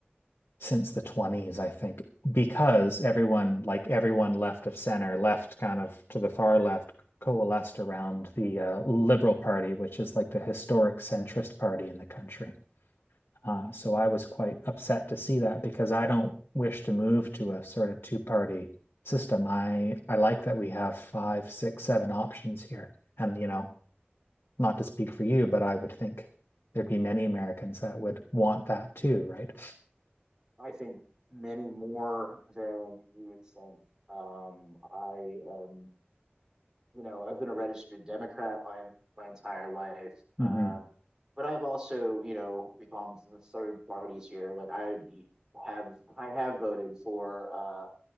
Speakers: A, on the left; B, on the right.
A: since the 20s, I think, because everyone, like everyone left of center, left kind of to the far left, coalesced around the uh, Liberal Party, which is like the historic centrist party in the country. Uh, so I was quite upset to see that because I don't wish to move to a sort of two-party system. I I like that we have five, six, seven options here, and you know, not to speak for you, but I would think there'd be many Americans that would want that too, right?
B: I think many more than you would think. Um, I am, you know, I've been a registered Democrat my my entire life.
A: hmm
B: Uh, but I've also, you know, become from third parties here. Like I have I have voted for uh